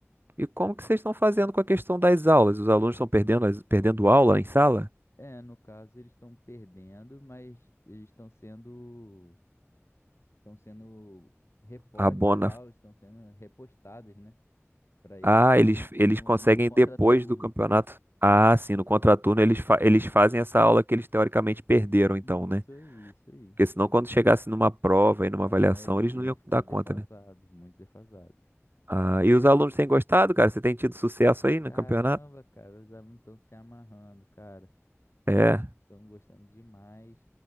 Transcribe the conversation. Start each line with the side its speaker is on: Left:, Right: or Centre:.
Right: E como que vocês estão fazendo com a questão das aulas? Os alunos estão perdendo, as- perdendo aula em sala?
Left: É, no caso, eles estão perdendo, mas eles estão sendo, estão sendo repostas,
Right: A bona.
Left: as aulas estão sendo repostadas, né? Para eles
Right: Ah, eles,
Left: durante
Right: eles
Left: no,
Right: conseguem
Left: no contraturno.
Right: depois do campeonato. Ah, sim, no contraturno eles, fa- eles fazem essa aula que eles teoricamente perderam, então,
Left: Isso
Right: né?
Left: aí, isso aí.
Right: Porque senão, quando chegasse numa prova e numa
Left: É,
Right: avaliação,
Left: eles
Right: eles
Left: iam
Right: não iam
Left: ficar
Right: dar
Left: defasados,
Right: conta, né?
Left: muito defasados.
Right: Ah, e os alunos têm gostado, cara? Você tem tido sucesso aí no
Left: Caramba,
Right: campeonato?
Left: cara, os alunos estão se amarrando, cara.
Right: É.
Left: Estão gostando demais.